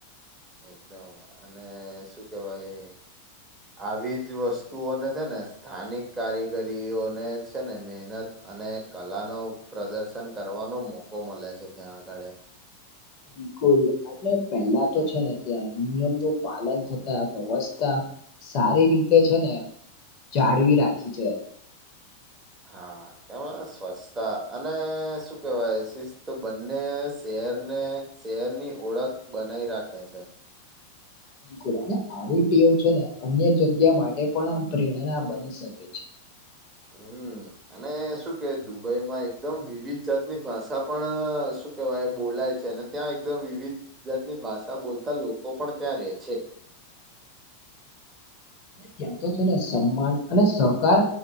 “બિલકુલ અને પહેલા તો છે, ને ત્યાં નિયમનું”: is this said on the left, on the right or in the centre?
Left